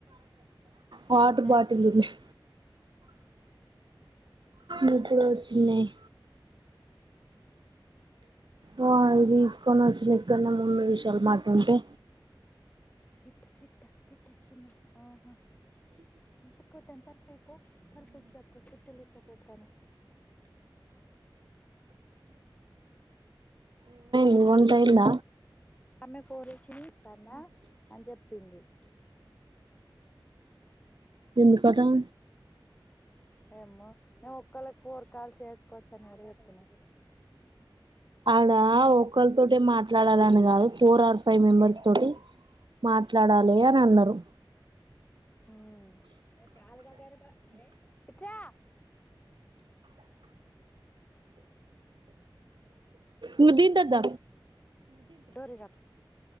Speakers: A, on the right; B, on the left.
A: వాటర్
B: బ్యాంకుకి
A: బాటిల్ ఉంచు నీకు వచ్చిందేయ్ ఓ ఆడ్ని దీసుకొని వచ్చినకన్నా ముందు విషయాలు మాట్ ఉంటే
B: పిట్ట పిట్ట పిట్ట చిన్న ఆహా ఇట్లికి కుతంత పోయ్ పో తలుపు రాసి పో పిట్టలు ఇంట్లోకి వత్తనయ్
A: ఇగ్ వంట అయింద
B: ఆమె పోర్ ఇచ్చింది దాన్న అని చెప్పింది
A: ఎళ్ళిపోదం
B: ఏమో ఎ ఒకళ్ళకి ఫోర్ కాల్స్ వేసుకోవచ్చని ఎవరు చెప్పినారు
A: ఆడ ఒకరి తోటి మాట్లాడాలని కాదు ఫోర్ ఆర్ ఫైవ్ మెంబర్స్ తోటి మాట్లాడాలి అని అన్నరు
B: మ్మ్ ఇట్ రా
A: బుజ్జి దర్ ద్ద
B: డోర్ ఎయ్ ర